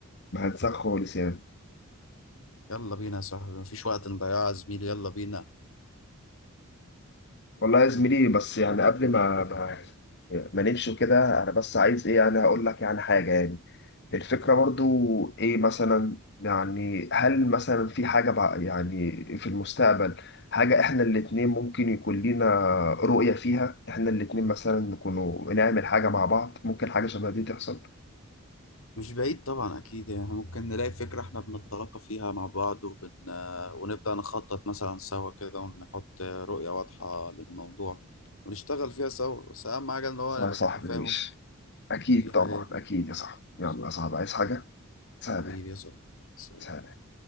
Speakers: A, on the left; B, on the left.
A: ما هنساك خالص يعني
B: يلا بينا يا صاحبي مفيش وقت نضيعه يا زميلي يلا بينا
A: والله يا زميلي بس يعني قبل ما ما, ما نمشي كده انا بس عايز ايه يعني اقول لك يعني حاجة يعني الفكرة برضو إيه مثلا يعني هل مثلا في حاجة بع- يعني في المستقبل حاجة إحنا الاتنين ممكن يكون لينا رؤية فيها إحنا الاتنين مثلا نكونوا نعمل حاجة مع بعض ممكن حاجة شبه دي تحصل
B: مش بعيد طبعا أكيد يعني ممكن نلاقي فكرة إحنا بنتلاقى فيها مع بعض وبن... آه، ونبدأ نخطط مثلا سوا كده ونحط رؤية واضحة للموضوع ونشتغل فيها سوا بس أهم حاجة إن هو
A: صح يا
B: نبقى
A: صاحبي
B: في تفاهم
A: ماشي أكيد
B: وفي
A: طبعا
B: حاجات
A: أكيد يا صاحبي
B: بالظبط
A: يلا يا صاحبي عايز حاجة سلام
B: حبيبي يا صاحبي
A: سلام